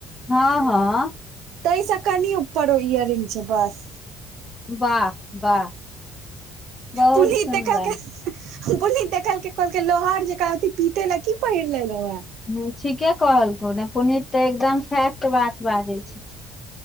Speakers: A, on the left; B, on the right.
A: हँ हँ
B: तहि स कनी ऊपरो इयररिंग छै बस
A: वाह वाह बहुत
B: पुनीत
A: सुन्दर
B: देखलकै पुनीत देखलकै कहलकै लोहार जेका अथी पिट ला की पहिर लेलो वँ
A: हूँ ठीके कहलकौ ने पुनीत तऽ एकदम फैक्ट बात बाजै छै